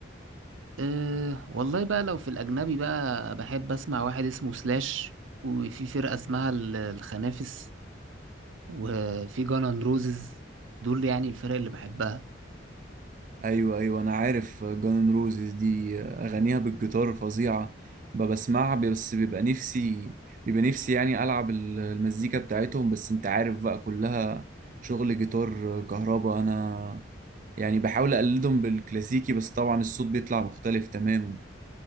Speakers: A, on the right (about 85°); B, on the right (about 40°).
A: أه والله بقى لو في الأجنبي بقى بحب أسمع واحد اسمه سلاش وفي فرقة اسمها ال- الخنافس وفي جانان روزز دول يعني الفرق اللي بحبها
B: ايوه ايوه انا عارف جانن روزز دي اغانيها بالجيتار فظيعه ب- بسمعها بس بيبقى نفسي بيبقى نفسي يعني العب ال- المزيكا بتاعتهم بس انت عارف بقى كلها شغل جيتار كهربا انا يعني بحاول اقلدهم بالكلاسيكي بس طبعا الصوت بيطلع مختلف تماما